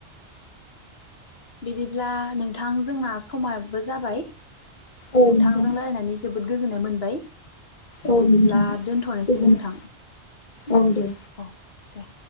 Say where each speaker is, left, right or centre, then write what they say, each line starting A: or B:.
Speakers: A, on the left (about 60°); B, on the left (about 45°).
A: बिदिब्ला नोंथां जोंना समाबो जाबाय
B: औ
A: नोंथांजों
B: नोंथां
A: रायलायनानै जोबोर जोबोद गोजोननाय मोनबाय
B: औ
A: बिदिब्ला
B: नोंथां
A: दोनथनोसै
B: गोजोननाय
A: नोंथां
B: औ दे।
A: औ दे